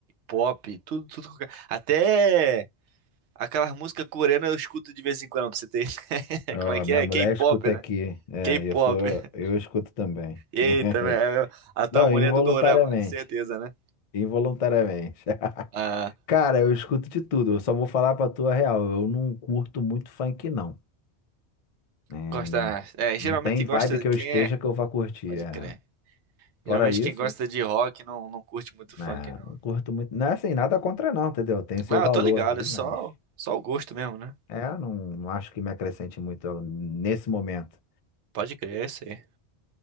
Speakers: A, on the right; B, on the left.
A: pop, tudo, tudo. qualquer- Até aquelas músicas coreanas eu escuto de vez em quando, pra você ter. <laughs>
B: Ó,
A: Como é que
B: minha
A: é?
B: mulher
A: K-pop,
B: escuta
A: né?
B: aqui. É,
A: K-pop.
B: eu sou,
A: <laughs>
B: eu escuto também.
A: Eita,
B: <laughs>
A: velho. A tua
B: Não,
A: mulher
B: involuntariamente.
A: é do Dorama, certeza, né?
B: Involuntariamente. <laughs>
A: Ah,
B: Cara, eu escuto de tudo. Eu só vou falar pra tua real. Eu não curto muito funk, não. É,
A: gosta.
B: n-
A: É, geralmente
B: não tem
A: quem
B: vibe
A: gosta.
B: que
A: Quem
B: eu esteja
A: é?
B: que eu vá curtir.
A: Pode
B: É,
A: crer.
B: fora
A: Geralmente
B: isso,
A: quem gosta de rock não, não curte muito
B: né,
A: funk, não.
B: não curto muito. Não é assim, nada contra não, entendeu? Tem seu
A: Não,
B: valor
A: eu tô ligado,
B: aí,
A: é só,
B: mas
A: só o gosto mesmo, né?
B: é, não, não acho que me acrescente muito nesse momento.
A: Pode crer, é isso aí.